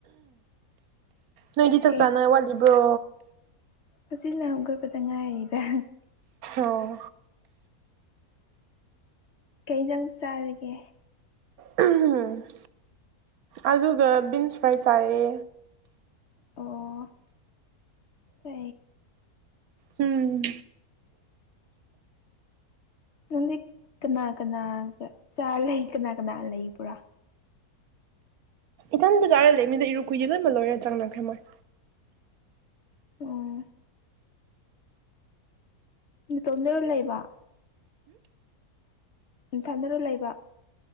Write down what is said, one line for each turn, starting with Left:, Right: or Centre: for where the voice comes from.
Right: ꯅꯣꯏꯗꯤ ꯆꯥꯛ
Left: ꯀꯩ
Right: ꯆꯥꯅ ꯋꯥꯠꯂꯤꯕ꯭ꯔꯣ
Left: ꯍꯧꯖꯤꯅꯒꯕꯗ ꯉꯥꯏꯔꯤꯗ
Right: ꯑꯣ
Left: ꯀꯩ ꯆꯪ ꯆꯥꯔꯤꯒꯦ
Right: ꯝ ꯑꯗꯨꯒ ꯕꯤꯟꯁ ꯐ꯭ꯔꯥꯏ ꯆꯥꯏꯌꯦ
Left: ꯑꯣ ꯇ
Right: ꯎꯝ
Left: ꯅꯪꯗꯤ ꯀꯅꯥ ꯀꯅꯥ ꯆꯥ ꯂꯩ ꯀꯅꯥ ꯀꯅꯥ ꯂꯩ ꯄꯨꯔꯥ
Right: ꯏꯈꯤꯇꯟꯗ ꯆꯥꯔꯂꯦ ꯃꯤꯗ ꯏꯔꯨ ꯀꯨꯏꯌꯦꯦ ꯂꯕ ꯂꯣꯏꯔꯦ ꯆꯪꯅꯈ꯭ꯔꯦꯃꯣꯏ
Left: ꯑꯣ ꯇꯣꯝꯗꯔ ꯂꯩꯕ ꯝꯊꯥꯗꯔꯨ ꯂꯩꯕ